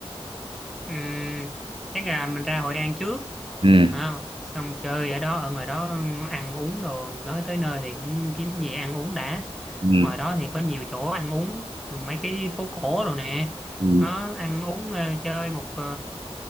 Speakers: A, in the centre; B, on the right (about 55°).
A: Ừm, chắc là mình ra Hội An trước
B: ừ
A: à, xong chơi ở đó ở ngoài đó ăn uống đồ tới tới nơi thì cũng kiếm gì ăn uống đã
B: ừ,
A: ngoài đó thì có nhiều chỗ ăn uống mấy cái phố cổ rồi nè
B: ừ.
A: đó ăn uống ờ, chơi một ờ,